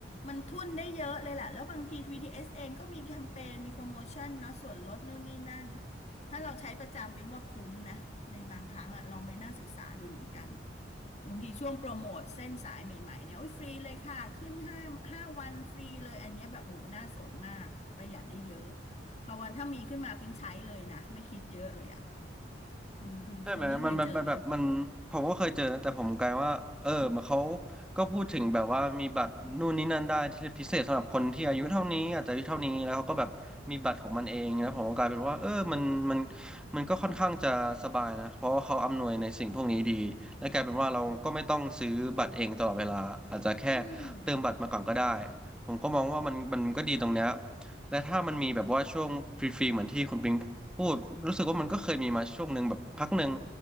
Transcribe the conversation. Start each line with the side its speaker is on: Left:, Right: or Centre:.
Left: มันทุ่นได้เยอะเลยแหละแล้วบางทีบีทีเ t สเองก็มีแคมเปญมีโปรโมชั่นเนาะส่วนลดนู่นนี่นั่น ถ้าเราใช้ประจำบิงว่าคุ้มนะในบางครั้งอะลองไปนั่งศึกษาดูเหมือนกันบางทีช่วงโปรโมทเส้นสายใหม่ๆเนี่ยโอ้ยฟรีเลยค่ะขึ้นห้าห้าวันฟรีเลยอันเนี้ยแบบโหน่าสนมากประหยัดได้เยอะพอวันถ้ามีขึ้นมาปิ๊งใช้เลยนะไม่คิดเยอะเลยอะคุณคุณโทนี่เคยเจอไหม
Centre: ใช่ไหมมันมันมันแบบมันผมก็เคยเจอนะแต่ผมกลายว่าเออมันเขาก็พูดถึงแบบว่ามีบัตรนู่นนี่นั่นได้ที่พิเศษสำหรับคนที่อายุเท่านี้อาจจะอายุเท่านี้แล้วเขาก็แบบมีบัตรของมันเองนะผมก็กลายเป็นว่าเออมันมันมันก็ค่อนข้างจะสบายนะเพราะว่าเขาอำนวยในสิ่งพวกนี้ดีและกลายเป็นว่าเราก็ไม่ต้องซื้อบัตรเองตลอดเวลาอาจจะแค่
Left: อืม
Centre: เติมบัตรมาก่อนก็ได้ผมก็มองว่ามันมันก็ดีตรงเนี้ยและถ้ามันมีแบบว่าช่วงฟรีๆเหมือนที่คุณปิง พูดรู้สึกว่ามันก็เคยมีมาช่วงหนึ่งแบบพักหนึ่ง